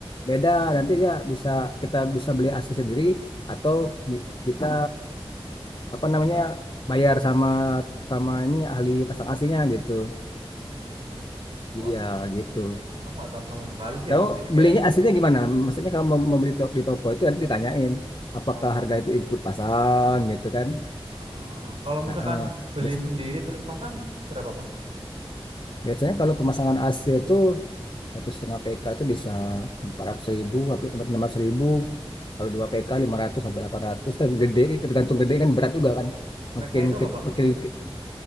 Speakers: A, on the left; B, on the right.
A: beda nanti dia bisa kita bisa beli AC sendiri atau bi- kita apa namanya bayar sama sama ini ahli pasang AC-nya gitu.
B: Oh, aku
A: Iya,
B: aku
A: gitu.
B: aku nggak tahu sama sekali sih ya
A: Kau
B: bang jadi kayak
A: belinya aslinya gimana? Maksudnya kalau mau, mau beli to- di toko itu nanti ditanyain apakah
B: oh,
A: harga itu ikut pasang gitu kan?
B: ah, ah, ah. kalau misalkan
A: Nah, eh,
B: beli
A: biasa-
B: sendiri terus pasang berapa bang
A: biasanya kalau pemasangan AC itu satu setengah PK itu bisa empat ratus ribu, hampir enam ratus ribu. Kalau dua PK ratus sampai 800 kan gede, tergantung gede kan berat juga kan.
B: PK
A: Makin
B: itu apa
A: ke-
B: bang
A: makin ke-